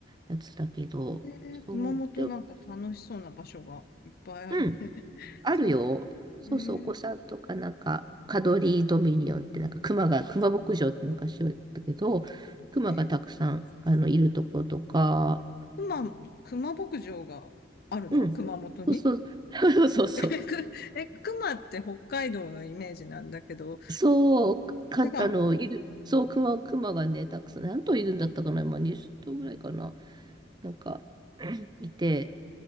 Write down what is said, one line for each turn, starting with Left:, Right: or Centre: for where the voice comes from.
Right: やつだけど、
Left: で、
Right: そう、
Left: 熊本なんか楽しそうな場所がいっぱいあるね。
Right: でも、うん
Left: <laughs>
Right: あるよ。
Left: そう。
Right: そうそう、
Left: えー、
Right: お子さんとかなんか、カドリードミニオンってなんか、熊が、熊牧場って昔は言ったけど、熊がたくさん、
Left: え、
Right: あの、いるところとか、
Left: 熊、熊牧場があるの熊本に
Right: うん。そうそう、
Left: <laughs>
Right: <laughs> そうそう。
Left: え、くえ熊って北海道のイメージなんだけど、
Right: そう、か、
Left: 違う。
Right: あの、いる、そう、熊、熊がね、たくさん、何頭いるんだったかな、今20頭ぐらいかな、なんか、<clears throat> いて、